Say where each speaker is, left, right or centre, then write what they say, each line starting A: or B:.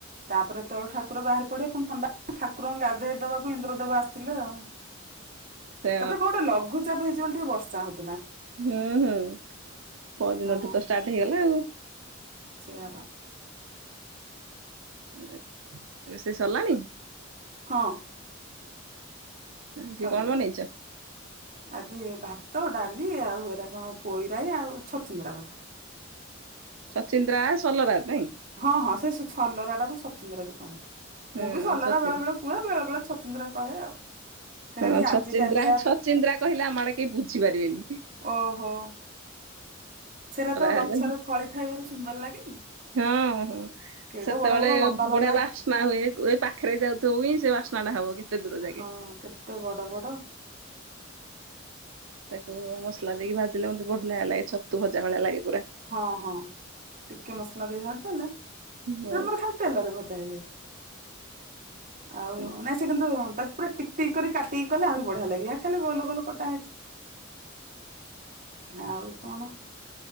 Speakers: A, on the right; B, on the right.
A: ତାପରେ ତେଳୁ ଠାକୁର ବାହାରି ପଡିବେ ପୁଣି ଥଣ୍ଡା। ଠାକୁରଙ୍କୁ ଗାଧେଇ ଦେବାକୁ ଇନ୍ଦ୍ର ଦେବ ଆସିିଥିଲେ ଆଉ।
B: ସେ
A: ତାପରେ କୋଉ ଗୋଟେ ଲଘୁଚାପ ହେଇଛିି ବୋଲି ଟିକେ ବର୍ଷା ହଉଛି
B: ହୁଁ ହୁଁ ପରଦିନଠୁ
A: ହଁ
B: ତ ଷ୍ଟାର୍ଟ ହେଇଗଲା ଆଉ।
A: ସେଇଆ ପା
B: ଏ ରୋଷେଇ ସରିଲାଣି?
A: ହଁ।
B: ଆଜି
A: ସରିଗଲା।
B: କଣ ବନେଇଛ??
A: ଆଜି ଭାତ ଡାଲି ଆଉ ଏରା କଣ ପୋଇରାଇ ଆଉ ଛଚିନ୍ଦ୍ରା ଭଜା। <inaudible>
B: ଛଚିନ୍ଦ୍ରା ସଲରା? ନାଇଁ
A: ହଁ ହଁ ସେ ସ ଛ ସଲରାଟାକୁ ସଚିନ୍ଦ୍ରାବି କହନ୍ତି।
B: ହଁ
A: ମୁଁ ବି ସଲରା
B: ଛଚିନ୍ଦ୍ରା
A: ବେଳେ ବେଳେ କୁହ ବେଳେ ବେଳେ ଛଚିନ୍ଦ୍ରା କହେ ଆଉ। ହେରା
B: ହଁ
A: ଟିକେ
B: ଛଚିନ୍ଦ୍ରା
A: ଆଜିକାଲିଆ
B: ଛଚିନ୍ଦ୍ରା କହିଲେ ଆମ ଆଡେ କେହି ବୁଝି ପାରିବେନି।
A: ଓହୋ ସେରା ଯେତେବେଳେ
B: ହେଲେ
A: ଗଛରେ ଫଳି ଥାଏ ଭାରି ସୁନ୍ଦର ଲାଗେନି?
B: ହଁ ହଁ
A: କେଡେ
B: ସେତେବେଳେ
A: ବଡ ବଡ ଲମ୍ବା ଲମ୍ବା
B: ବଢିଆ ବାସ୍ନା ହୁଏ ଏ ପାଖରେ ଯାଉଥିବ ହୁଏ ସେ ବାସ୍ନା ଟା ହବ କେତେ ଦୂର ଯାଗେ।
A: ହଁ କେତେ ବଡ ବଡ।
B: ତାକୁ ମସଲା ଦେଇକି ଭାଜିଲେ ମତେବଢିଆ ଲାଗେ ଛତୁ ଭଜା ଭଳିଆ ଲାଗେ। ପୁରା।
A: ହଁ ହଁ ଟିକେ ମସଲା ଦେଇକି ଭାଜି ଦେଲେ
B: ହଁ
A: ଆମର ଖାଲି ତେଲରେ ଭଜା ହେଇଯାଏ। ଆଉ
B: ହଁ
A: ନାଇଁ ସେ କିନ୍ତୁ ତାକୁ ପୁରା ଟିକଟିକ କରି କାଟିକି କଲେ ଆହୁରି ବଢିଆ ଲାଗେ ୟା ଖାଲି ଗୋଲ ଗୋଲ କଟା ହେଇଛି। ଆଉ କଣ?